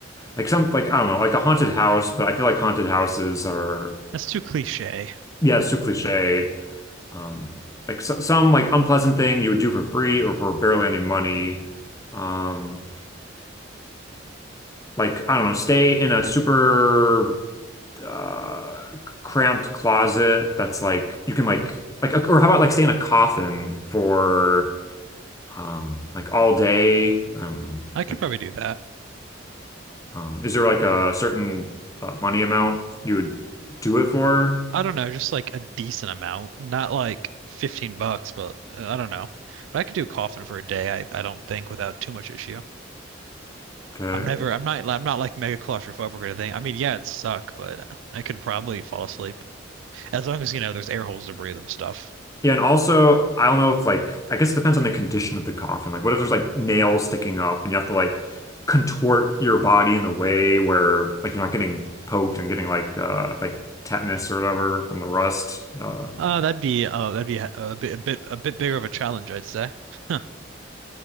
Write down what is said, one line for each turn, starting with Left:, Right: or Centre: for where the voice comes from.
Left: like some like I don't know, like a haunted house, but I feel like haunted houses are
Right: That's too cliche.
Left: yeah, it's too cliche. Um like so, some like unpleasant thing you would do for free or for barely any money. Um like I don't know, stay in a super uh cramped closet that's like you can like like or how about like stay in a coffin for um, like all day? Um,
Right: I could
Left: like,
Right: probably do that.
Left: um, is there like a certain uh, money amount you would do it for?
Right: I don't know, just like a decent amount, not like 15 bucks, but uh, I don't know. But I could do a coffin for a day, I, I don't think without too much issue.
Left: Okay.
Right: I'm never,
Left: Okay.
Right: I'm not, I'm not like mega claustrophobic or anything. I mean, yeah, it'd suck, but I could probably fall asleep as long as, you know, there's air holes to breathe and stuff.
Left: Yeah, and also, I don't know if like, I guess it depends on the condition of the coffin. Like, what if there's like nails sticking up and you have to like contort your body in a way where like you're not getting poked and getting like uh like tetanus or whatever from the rust? Uh,
Right: Uh, that'd be, uh, that'd be a, a bit, a bit, a bit bigger of a challenge, I'd say. <laughs>